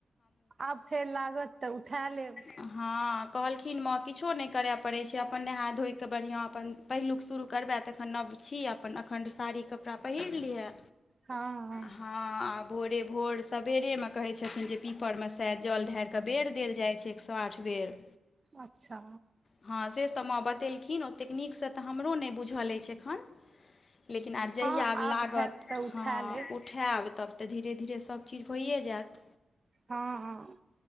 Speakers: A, on the right; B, on the left.
A: आब फेर लागत तऽ उठा लेब।
B: हँ कहलखिन माँ किछो नहि करऽ पड़ैत छै। अपन नहा धोइकेऽ बढ़िआँ अपन, पहिलुक शुरू करबै तऽ एखन नब छी, अपन अखन साड़ी के ओकरा पहिर लिहे।
A: हँ।
B: हँ आ भोरे भोर सबेरे में कहै छथिन जे पीपर में से जल ढारिकऽ बेर देल जाइ छै। साठ बेर।
A: अच्छा।
B: हँ से सभ माँ बतेलखिन ओतेक नीक से तऽ हमरो नहि बुझल अछि एखन लेकिन आब जहिया
A: हँ
B: आब लागत,
A: हैत तऽ उठा
B: हँ।
A: लेब
B: उठायब तब तऽ धीरे धीरे सभ चीज भइए जायत।
A: हँ हं,